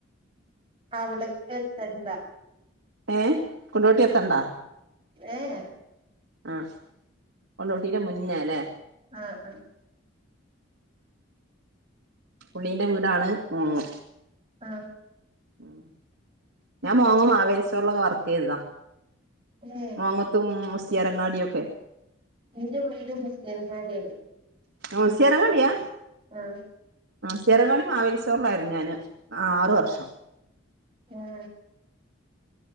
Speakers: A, on the right; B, on the right.
A: അവിടക്ക് എത്തണില്ല
B: ഏ കൊണ്ടോട്ടി എത്തണ്ടാ
A: ഏഹ്
B: ആ കൊണ്ടോട്ടി ന്റെ മുന്നേ ല്ലേ
A: ആ ആഹ്
B: പുള്ളീ ന്റെ വീടാണ് മോം
A: ആഹ്
B: ഉം ഞാൻ മോങ്ങം മാവേലിസ്റ്റോറിലൊക്കെ വർക്ക് യ്തതാ
A: മം
B: മോങ്ങത്തും മുസ്‌രിയങ്ങാടി യൊക്കെ
A: ഇന്റെ വീട് മുസ്‌ലിയാരങ്ങാടി ആണ്
B: മുസ്സിയങ്ങാടിയാ
A: ആഹ്
B: ആ മുസ്‌ലിയാരങ്ങാടി മാവേലി സ്റ്റോറിലായിരുന്നു ഞാന് അ ആറ് വർഷം
A: ഉം